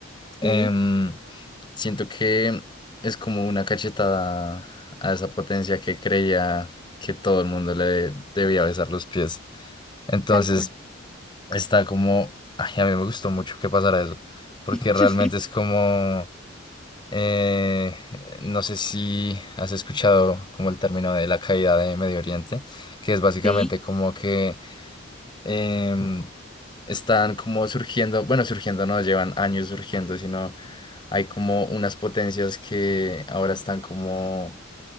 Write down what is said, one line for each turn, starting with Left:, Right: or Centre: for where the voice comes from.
Centre: Sí,
Left: em, siento que es como una cachetada a esa potencia que creía que todo el mundo le debía besar los pies. Entonces
Centre: tal cual.
Left: está como, ay, a mí me gustó mucho que pasara eso, porque
Centre: <laughs>
Left: realmente es como... Eh, no sé si has escuchado como el término de la caída de Medio Oriente, que es básicamente
Centre: Sí,
Left: como que em, están como surgiendo, bueno, surgiendo no llevan años surgiendo, sino hay como unas potencias que ahora están como